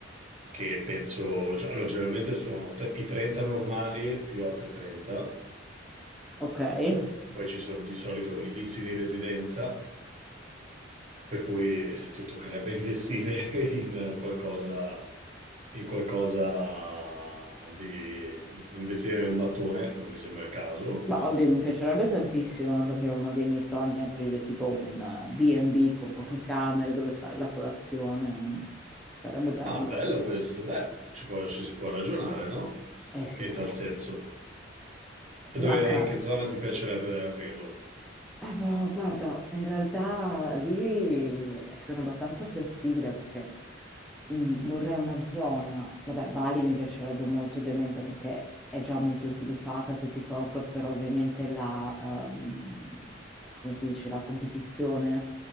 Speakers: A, on the right; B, in the centre.
A: che penso, allora, generalmente sono t- i 30 normali più altri 30.
B: ok?
A: Poi, poi ci sono di solito i vizi di residenza, per cui ti toccherebbe investire <laughs> in qualcosa, in qualcosa di investire nel mattone, non mi sembra il caso.
B: Ma oddio, mi piacerebbe tantissimo, eh, perché uno dei miei sogni è aprire tipo un eh, B&B con poche camere dove fare la colazione. Sarebbe bello.
A: Ah, bello questo, beh, ci può- ci si può ragionare, no?
B: Eh sì,
A: In tal senso. E
B: manca
A: Dove, in che zona ti piacerebbe aprirlo?
B: Eh, boh, guarda, in realtà lì eh, sono abbastanza flessibile perché mh, vorrei una zona, vabbè, Bali mi piacerebbe molto ovviamente perché è già molto sviluppata, tutti i comfort, però ovviamente la, ehm, come si dice, la competizione